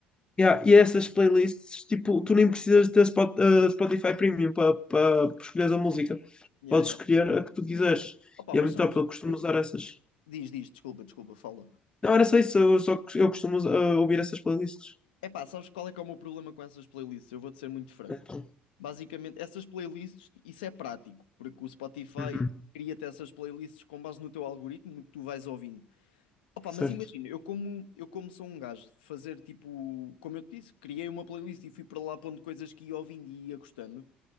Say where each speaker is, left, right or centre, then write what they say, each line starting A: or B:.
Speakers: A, on the left; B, on the left.
A: Yeah, e é essas playlists, tipo, tu nem precisas ter Spot- eh, Spotify Premium para para escolher a música.
B: Ya,
A: Podes
B: ya.
A: escolher a que tu quiseres.
B: Opa,
A: E
B: mas
A: é muito
B: sabes.
A: top, eu costumo
B: eu-
A: usar essas.
B: Diz, diz, desculpa, desculpa, fala.
A: Não, era só isso, eu, só, eu costumo us- eh, ouvir essas playlists.
B: É pá, sabes qual é que é o meu problema com essas playlists? Eu vou-te ser muito franco.
A: Então,
B: Basicamente, essas playlists, isso é prático, porque o Spotify
A: uhum,
B: cria-te essas playlists com base no teu algoritmo, no que tu vais ouvindo. Opa,
A: certo.
B: mas imagina, eu como, eu como sou um gajo de fazer tipo, como eu te disse, criei uma playlist e fui para lá pondo coisas que ia ouvindo e ia gostando.